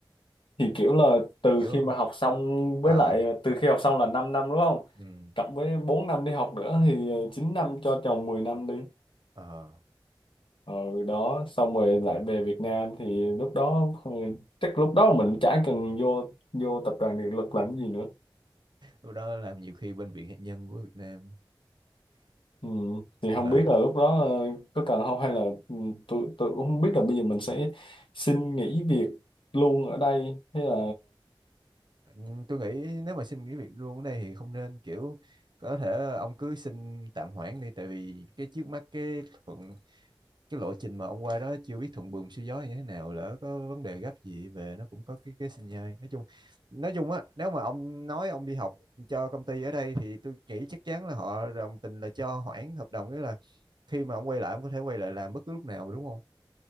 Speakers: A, on the left (about 80°); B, on the right (about 60°).
A: thì kiểu là từ
B: hiểu
A: khi
B: không
A: mà học xong
B: à
A: với lại ờ, từ khi học xong là 5 năm đúng không
B: Ừ.
A: cộng với 4 năm đi học nữa thì ờ, 9 năm cho chồng 10 năm đi
B: Ờ.
A: ờ đó xong rồi lại về Việt Nam thì lúc đó ừ, chắc lúc đó mình chả cần vô vô tập đoàn điện lực làm gì nữa
B: Lúc đó làm nhiều khi bên Viện Hạt nhân của Việt Nam.
A: ừ. thì
B: Ờ.
A: không biết là lúc đó ờ, có cần không hay là ừ, tôi tôi cũng không biết là bây giờ mình sẽ xin nghỉ việc luôn ở đây hay là
B: Ừ, Tôi nghĩ nếu mà xin nghỉ việc luôn ở đây thì không nên kiểu có thể ông cứ xin tạm hoãn đi tại vì cái trước mắt cái thuận cái lộ trình mà ông qua đó chưa biết thuận buồm xuôi gió như thế nào lỡ có vấn đề gấp gì về nó cũng có cái cái sinh nhai nói chung nói chung á nếu mà ông nói ông đi học cho công ty ở đây thì tôi nghĩ chắc chắn là họ đồng tình là cho hoãn hợp đồng nghĩa là khi mà ông quay lại ông có thể quay lại làm bất cứ lúc nào mà đúng không